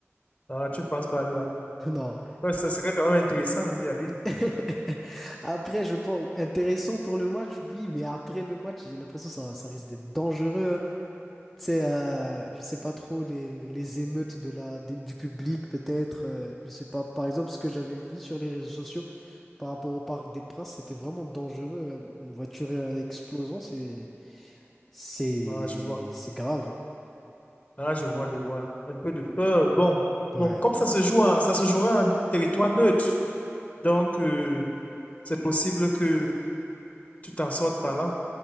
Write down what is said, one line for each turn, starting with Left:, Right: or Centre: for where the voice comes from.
Left: Ah, tu penses pas là.
Centre: Non.
Left: Ouais, ça serait quand même intéressant d'y aller.
Centre: <laughs> Après, je pense, intéressant pour le match, oui, mais après le match, j'ai l'impression que ça, ça risque d'être dangereux. hein. Tu sais, euh, je sais pas trop les, les émeutes de la, des- du public, peut-être. euh, je sais pas. Par exemple, ce que j'avais vu sur les réseaux sociaux par rapport au Parc des Princes, c'était vraiment dangereux. euh, Une voiture euh, explosant, c'est, c'est,
Left: Ah, je vois.
Centre: c'est grave.
Left: Ah, je vois, je vois. Un peu de peur. Bon,
Centre: Ouais.
Left: bon, comme ça se joue, en- ça se jouera en territoire neutre. Donc, euh, c'est possible que tu t'en sortes par là.